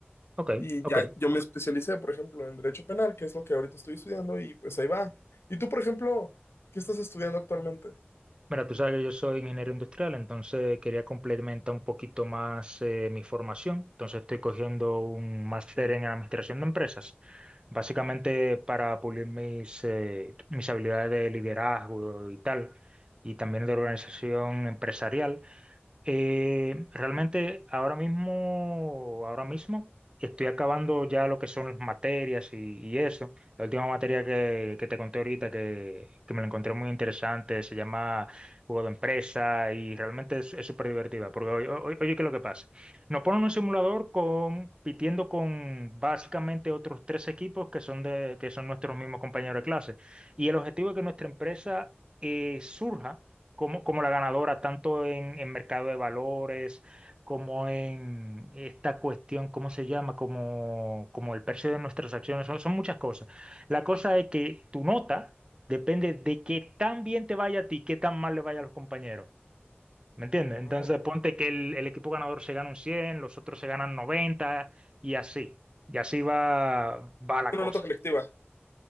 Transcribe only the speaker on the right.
Ok,
ok.
Mira, tú sabes que yo soy ingeniero industrial, entonces quería complementar un poquito más eh, mi formación. Entonces estoy cogiendo un máster en administración de empresas, básicamente para pulir mis, eh, mis habilidades de liderazgo y tal, y también de organización empresarial. Eh, realmente ahora mismo, ahora mismo estoy acabando ya lo que son las materias y, y eso. La última materia que, que te conté ahorita que, que me la encontré muy interesante se llama Juego de Empresa y realmente es es súper divertida porque oye, oye, oye, ¿qué es lo que pasa? Nos ponen un simulador compitiendo con básicamente otros tres equipos que son, de, que son nuestros mismos compañeros de clase y el objetivo es que nuestra empresa eh, surja como, como la ganadora, tanto en, en mercado de valores, como en esta cuestión, ¿cómo se llama? Como, como el precio de nuestras acciones, son, son muchas cosas. La cosa es que tu nota depende de qué tan bien te vaya a ti, qué tan mal le vaya a los compañeros. ¿Me entiendes? Entonces
ponte que el, el equipo ganador se gana un cien los otros se ganan 90 y así. Y así va, va la
cosa.